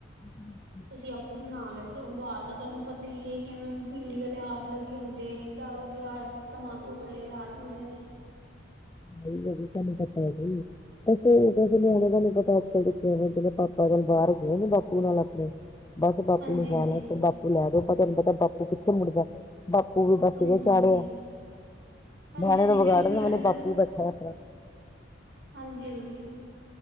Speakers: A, on the left; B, on the right.
A: ਹੂੰ।
B: ਤੁਸੀਂ ਆਪੇ ਬਣਾ ਲਏ ਫਿਰ ਬਾਹਰ ਦਾ ਤੁਹਾਨੂੰ ਪਤਾ। ਤੋਂ ਜੇ ਕਿਵੇਂ ਬੀੜੀ ਵਾਲੇ ਹਾਥ ਲੱਗੇ ਹੁੰਦੇ, ਦਾ ਜਾ ਉਹਦੇ ਤੰਬਾਕੂ ਵਾਲੇ ਹਾਥ। ਹੁੰਦੇ ਨੇ।
A: ਨਹੀਂ ਹੈਗੀ, ਸਾਨੂੰ ਤਾਂ ਪੈ ਗਈਏ। ਕੈੇ ਕੈਸੇ ਨਿਆਣੇ ਤੁਹਾਨੂੰ ਪਤਾ ਅੱਜ ਕੱਲ੍ਹ ਦੇ ਨਿਆਣੇ ਜਿਹੜੇ ਪਾਪਾ ਜਨ ਬਾਹਰ ਗਏ ਨੇ ਬਾਪ ਉਹ ਨਾਲ ਆਪਣੇ ਬਸ ਬਾਪੂ
B: ਹਾਂਜੀ
A: ਨੂੰ ਜਾਣ
B: ਹਾਂਜੀ
A: ਅਸਤੇ ਬਾਪੂ ਲੈ ਜਾਓ। ਤੁਹਾਨੂੰ ਪਤਾ ਬਾਪੂ ਕਿੱਥੇ ਮੁੜਦਾ ਬਾਪੂ ਵੀ ਬਾਪੂ
B: ਹਾਂਜੀ
A: ਦਾ ਚਾੜਿਆ
B: ਹਾਂਜੀ ਹਾਂਜੀ
A: ਨਿਆਣੇ
B: ਹਾਂਜੀ
A: ਨੂੰ ਵਿਗਾੜਨ
B: ਦੇਖੋ ਨਿਆਣੇ
A: ਵਾਲੇ ਬਾਪੂ ਬੈਠਾ ਏਹ ਪਰਾਂ
B: ਹਾਂਜੀ-ਹਾਂਜੀ